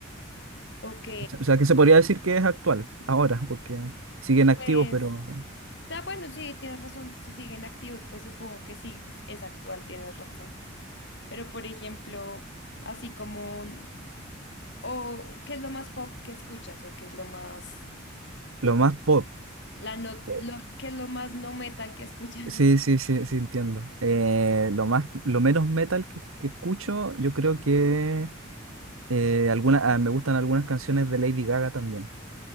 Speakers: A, on the left (about 55°); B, on the right (about 80°).
A: Ok,
B: O sea, que se podría decir que es actual, ahora, porque siguen activos,
A: pues,
B: pero
A: está bueno, sí, tienes razón. Si siguen activos, pues supongo que sí es es actual, tienes razón. Pero, por ejemplo, así como, mm, o ¿qué es lo más pop que escuchas? ¿O qué es lo más,
B: lo más pop.
A: la no,
B: eh,
A: lo, qué es lo más no metal que escuchas? <laughs>
B: Sí, sí, sí, sí, entiendo. Eh, lo más, lo menos metal que, que escucho, yo creo que eh, alguna- ah, me gustan algunas canciones de Lady Gaga también.